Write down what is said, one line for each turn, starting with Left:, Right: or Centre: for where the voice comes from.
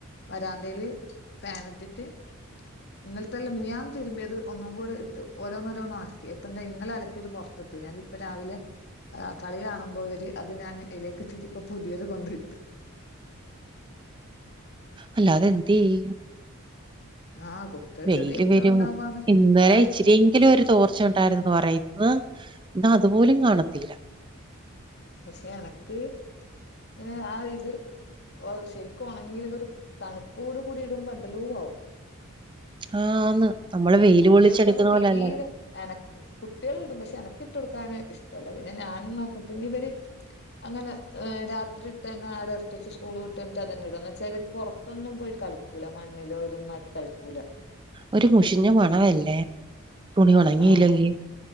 Left: വരാന്തേല് ഫാൻ ഇട്ടിട്ട് ഇന്നലത്തെയല്ല മിനിയാന്ന്തിരുമ്പിയത് ഒന്നും കൂടെ ഓരോന്ന്ഓരോന്ന് ഒണക്കി ഇപ്പം ദേ ഇന്നലെ അലക്കിയത് പുറത്തിട്ട് ഞാനിപ്പോ രാവിലെ ആഹ് കളി കാണുമ്പോവര് അത് ഞാന് ഇയിലേക്കിട്ടിട്ട് ഇപ്പൊ പുതിയത് കൊണ്ടിട്ട്.
Right: അല്ലാതെന്തെയ്യും
Left: ആഹ് കുട്ടികൾ
Right: വെയില്
Left: ചെറിയ കുട്ടികൾ
Right: വരും
Left: ഉണ്ടാവുമ്പാണ്
Right: ഇന്നലെ
Left: അത് അത്
Right: ഇച്ചിരി എ ങ്കിലും ഒരു തോർച്ച ഉണ്ടായിരുന്നുന്ന് പറയും ഇന്ന് അതുപോലും കാണത്തില്ല.
Left: പക്ഷെ എനക്ക് പിന്നെ ആഹ് ഇത് ശെരിക്കും ഉണങ്ങില്ലെങ്കൊ ഒരു തണുപ്പോട് കൂടി ഇടുമ്പോന്തെല്ലോ ആവും.
Right: ആഹ് ആന്ന് നമ്മള് വെയില്
Left: കുട്ടികൾക്കൊന്നും
Right: കൊള്ളിച്ചെടുക്കുന്ന പോലെല്ല
Left: തീരെ എനക്ക് കുട്ടികൾ ഇടും പക്ഷെ എനക്ക് ഇട്ട് കൊടുക്കാൻ ഇഷ്ടമല്ല പിന്നെ ഞാനന്നോക്കും പിന്നെ ഇവര് അങ്ങനെ രാത്രി ഇട്ട തന്നെ ആടെ എടുത്തെച്ച് സ്കൂൾ വിട്ട് വന്ന് അതന്നെ ഇടും എന്ന് വെച്ചാൽ ഇവര് പുറത്തൊന്നും പോയി കളി ക്കൂല മണ്ണിലോ ഇതൊന്ന് ആക്കി കളിക്കൂല.
Right: ഒരു മുഷിഞ്ഞ മണവല്ലേ തുണി ഉണങ്ങിയില്ലെങ്കി?
Left: ആഹ്